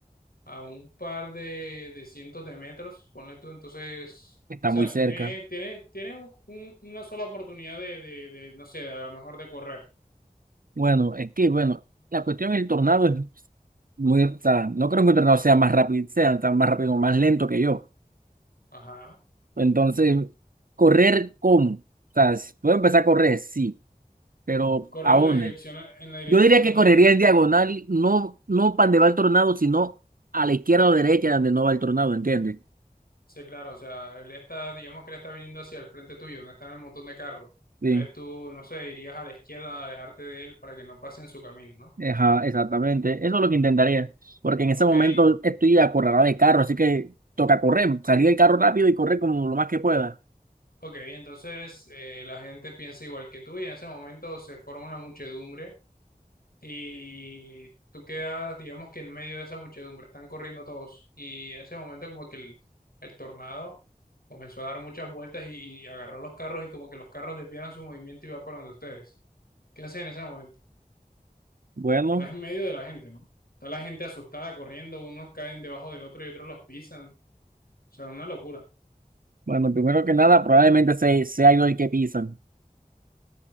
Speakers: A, on the left; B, on the right.
A: a un par de, de cientos de metros, ponle tú, entonces, o
B: está
A: sea,
B: muy cerca.
A: tiene, tiene, tiene un- un- una sola oportunidad de, de, de, no sé, a lo mejor de correr.
B: Bueno, es que, bueno, la cuestión del tornado es muy, o sea, no creo que un tornado sea más rápido, sea tan más rápido más lento que yo.
A: Ajá.
B: Entonces,
A: Pues
B: correr cómo, o sea, puedo empezar a correr, sí, pero
A: corres
B: a
A: en
B: dónde?
A: la dirección, en la dirección,
B: Yo diría que correría en diagonal, no, no para donde va el tornado, sino a la izquierda o derecha donde no va el tornado, ¿entiendes?
A: sí, claro, o sea, él está, digamos que él está viniendo hacia el frente tuyo, donde están el montón de carros.
B: Sí,
A: Entonces tú, no sé, irías a la izquierda a alejarte de él para que no pase en su camino, ¿no?
B: ajá, exactamente. Eso es lo que intentaría, porque en ese
A: Ok,
B: momento estoy acorralado de carro, así que toca correr, salir del carro rápido y correr como lo más que pueda.
A: ok, entonces eh, la gente piensa igual que tú y en ese momento se forma una muchedumbre y tú quedas, digamos que en medio de esa muchedumbre, están corriendo todos y en ese momento como que el, el tornado comenzó a dar muchas vueltas y, y agarró los carros y como que los carros desviaron su movimiento y va para donde ustedes. ¿Qué hacen en ese momento?
B: Bueno,
A: Estás en medio de la gente, ¿no? Está la gente asustada corriendo, unos caen debajo de otros y otros los pisan. O sea, una locura.
B: bueno, primero que nada, probablemente se, sea yo el que pisan,